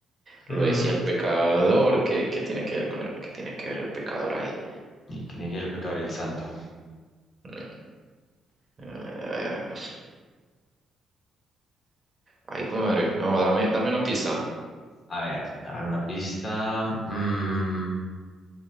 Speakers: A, on the left; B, on the right.
A: Hmm.
B: Lo decía el pecador. ¿Qué, qué tiene que ver con el, qué tiene que ver el pecador ahí?
A: ¿Y ¿Qué tiene que ver el pecador y el santo?
B: Mm, Ah, ay, hijo de madre. No, dame, dame una pista.
A: A ver, te voy a dar una pista. Mm,